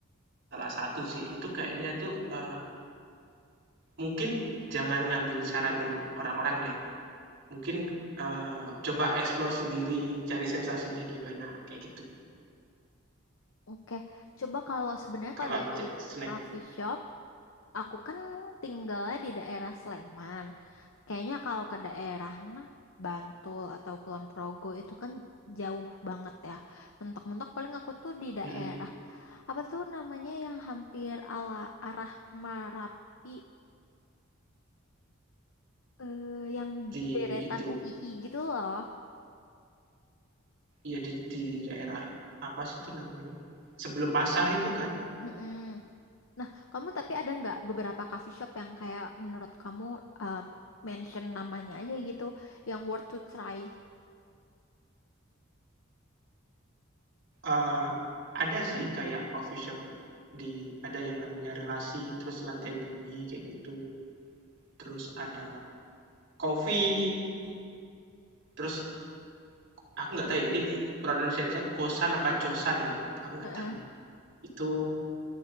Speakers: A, on the right; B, on the left.
A: salah satu sih. Itu kayaknya tuh, eee, mungkin jangan ngambil saran dari orang-orang deh. Mungkin, eee, coba explore sendiri, cari sensasinya gimana, kayak gitu.
B: Oke. Coba kalau sebenarnya
A: Kalau
B: kalau dari
A: ja snack
B: coffee shop, aku kan tinggalnya di daerah Sleman. Kayaknya kalau ke daerah mana Bantul atau Kulon Progo itu kan jauh banget ya. Mentok-mentok paling aku tuh di daerah
A: mhm,
B: apa tuh namanya yang hampir ala arah Merapi eh, yang
A: di
B: deretan
A: itu,
B: UII gitu loh.
A: ya di di daerah apa sih itu namanya, sebelum pasar itu kan,
B: Mm-mm. Nah, kamu tapi ada nggak beberapa coffee shop yang kayak menurut kamu um, mention namanya aja gitu yang worth to try?
A: eee, ada sih kayak coffee shop di ada yang namanya Relasi, terus Lantai Bumi, kayak gitu. Terus ada Coffee, terus aku nggak tahu ya ini pronunciation Kosan apa Cosan ya, aku nggak
B: Heeh.
A: tahu. Itu